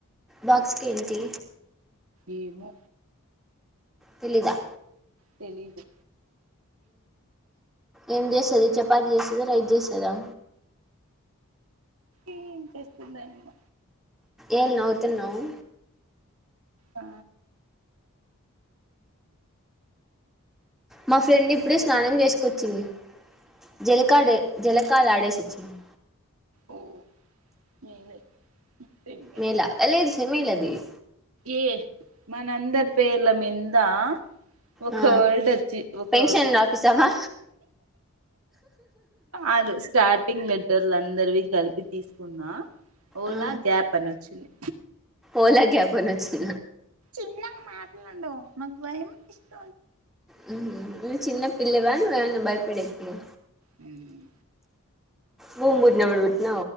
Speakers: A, in the centre; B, on the right (about 80°).
A: బాక్స్కి ఏంటి
B: ఏమో
A: తెలిదా
B: తెలీదు
A: ఏం చేస్తుది చపాతి చేస్తుంది రైట్ చేస్తు ఎదా
B: ఏం చేస్తుంద ఇన్న
A: ఏళ్ నవుతున్నావు
B: ఆ
A: మా ఫ్రెండ్ ఇప్పుడే స్నానం చేసుకొచ్చింది జలకాడ జలకాల ఆడేశచ్చంది
B: ఓ మేలే తిండి
A: మేలా అ లేదు సే మేలదివి
B: ఏ మనందర్ పేర్ల మీందా ఒకవేల్డ్చ
A: ఆ
B: ఒక
A: పెన్షన్ రాపిస్తావా
B: అ స్టార్టింగ్ లెటర్లు అందరివి కలిపి తీసుకున్నా ఓలా
A: ఆ
B: గ్యాప్ అని వచ్చింది
A: ఓలా క్యాబ్ ప వచ్చి
B: ఎ మాటండ మగవ మా ఇష్ట
A: నువ్ చిన్న పిల్లవాళ బయ ప
B: హ్మ్
A: బూబూడి నమిడుబట్నా